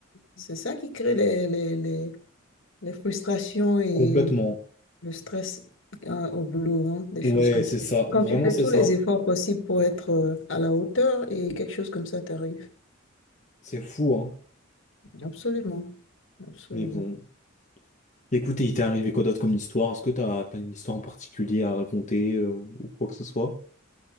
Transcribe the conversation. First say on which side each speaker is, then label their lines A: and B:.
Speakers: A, on the left; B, on the left.
A: C'est ça qui crée les, les, les, les frustrations et
B: Complètement.
A: le stress hein, au boulot, hein, des
B: Ouais,
A: choses comme
B: c'est
A: ça.
B: ça.
A: Quand
B: Vraiment,
A: tu fais
B: c'est
A: tous
B: ça.
A: les efforts possibles pour être euh, à la hauteur et quelque chose comme ça t'arrive.
B: C'est fou, hein.
A: Absolument, absolument.
B: Mais bon. Écoute, il t'est arrivé quoi d'autre comme histoire? Est-ce que t'as, t'as une histoire en particulier à raconter euh, ou quoi que ce soit?